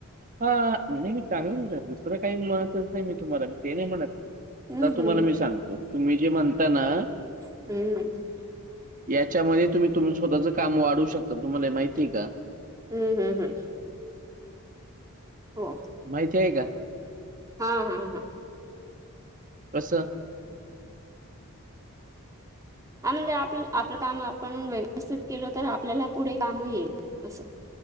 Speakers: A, on the right; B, on the right.
A: हा नाही मी चांगलं दुसरं काही म्हणतच नाही मी तुम्हाला. ते नाही म्हणत.
B: हम्म
A: तर तुम्हाला
B: हम्म
A: मी सांगतो. तुम्ही जे म्हणता ना
B: हम्म
A: याच्यामध्ये तुम्ही तुम च स्वतःच काम वाढवू शकता तुम्हाला माहितीय का?
B: हम्म हम्म हम्
A: <inaudible>
B: हं
A: माहिती आहे का?
B: हा हा हा
A: कसं
B: आणून दे आपलं आपलं काम आपण व्यवस्थित केलो तर आपल्याला पुढे काम येईल असं.